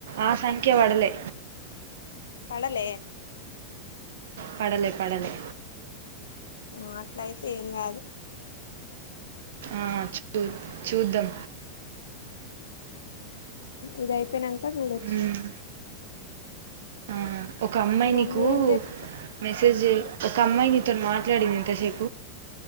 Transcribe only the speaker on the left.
పడలే
మాట్లయితే ఏం కాదు
ఇదయిపోయినంక చూడొచ్చు
మమ్మీ
ఏం చెప్